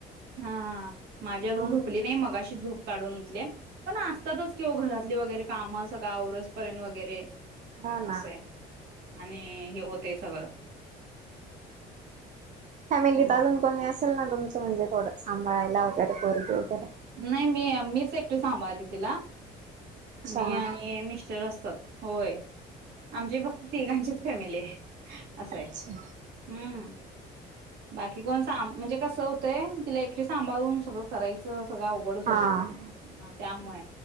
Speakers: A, on the right; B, on the right.
A: हा हा माझी अजून
B: हा
A: झोपली नाही, मगाशी झोप काढून उठलीय. पण असतातच की ओ घरातली वगैरे कामं सगळं आवरसपर्यंत वगैरे
B: हो ना
A: असंय. आणि हे होते सगळं
B: फॅमिलीत
A: मग
B: अजून कोणी असेल ना तुमचं? म्हणजे थोडं सांभाळायला वगैरे पोरगी वगैरे.
A: नाही मी मीच एकटीच सांभाळते तिला.
B: अच्छा
A: मी आणि मिस्टर असतात‌. होय आमची फक्त तिघांचीच फॅमिली आहे असंय.
B: अच्छा
A: हम्म. बाकी कोण साम म्हणजे कसं होतंय, तिला एकटीला सांभाळून सगळं करायचं. सगळं उघडच होते.
B: हा
A: अ त्यामुळे